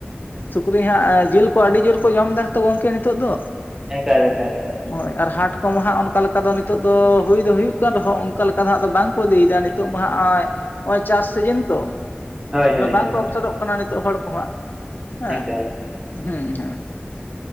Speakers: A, on the left (about 50°); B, on the right (about 15°).
A: ᱥᱩᱠᱨᱤ ᱦᱟᱸᱜ ᱡᱤᱞ ᱠᱚ ᱟᱹᱰᱤ ᱡᱳᱨ ᱠᱚ ᱡᱚᱢ ᱫᱟ ᱛᱚ ᱜᱚᱝᱠᱮ ᱱᱤᱛᱚᱜ ᱫᱚ᱾
B: ᱮᱠᱟᱞ ᱮᱠᱟᱞ ᱮᱠᱟᱞ
A: ᱦᱳᱭ ᱟᱨ ᱦᱟᱴ ᱠᱚᱢᱟ ᱦᱟᱸᱜ ᱚᱱ ᱠᱟ ᱞᱮᱠᱟ ᱫᱚ ᱱᱤᱛᱚᱜ ᱫᱚ ᱦᱳᱭ ᱫᱚ ᱦᱩᱭᱩᱜ ᱠᱟᱱ ᱨᱮᱦᱚᱸ ᱚᱱᱠᱟ ᱞᱮᱠᱟ ᱫᱚ ᱦᱟᱸᱜ ᱟᱫᱚ ᱵᱟᱝᱠᱚ ᱤᱫᱤᱭᱮᱫᱟ ᱱᱤᱛᱚᱜ ᱢᱟ ᱦᱟᱸᱜ ᱚᱸᱭ ᱚᱸᱜ-ᱚᱭ ᱪᱟᱥ ᱥᱮᱡᱮᱱ ᱛᱚ᱾
B: ᱦᱳᱭ
A: ᱢᱚᱛᱞᱚᱵ
B: ᱦᱳᱭ
A: ᱵᱟᱝᱠᱚ
B: ᱦᱳᱭ
A: ᱚᱯᱥᱚᱫᱚᱜ ᱠᱟᱱᱟ ᱱᱤᱛᱚᱜ ᱦᱚᱲ ᱠᱚ ᱦᱟᱸᱜ ᱦᱮᱸ᱾
B: ᱮᱠᱟᱞ
A: ᱦᱩᱸ ᱦᱩᱸ